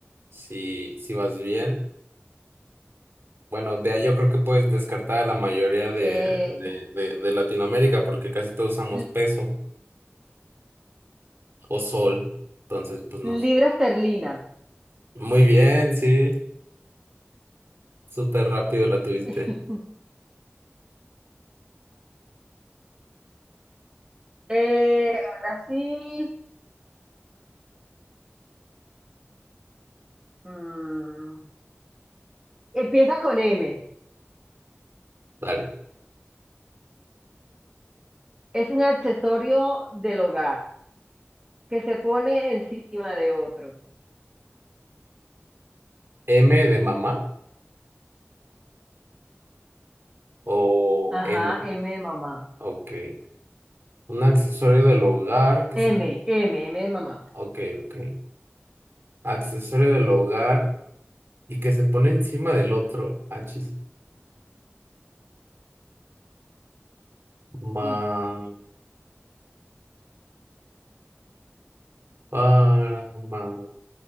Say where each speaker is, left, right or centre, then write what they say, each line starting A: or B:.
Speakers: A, on the right; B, on the right.
A: Si, si vas bien. Bueno, de ahí yo creo que puedes descartar a la mayoría de,
B: eh,
A: de, de, de Latinoamérica porque casi todos usamos
B: li-
A: peso o sol. Entonces, pues no.
B: libra esterlina.
A: Muy bien, sí. Súper rápido la tuviste.
B: <laughs> Eh, ahora sí. mm, empieza con M.
A: Dale.
B: Es un accesorio del hogar que se pone encima de otro.
A: M de mamá o
B: Ajá,
A: N.
B: M de mamá.
A: Ok. Un accesorio del hogar que
B: M,
A: se
B: M, M de mamá.
A: Ok, ok. Accesorio del hogar y que se pone encima del otro. Achis. Ma,
B: Sí.
A: para, ma,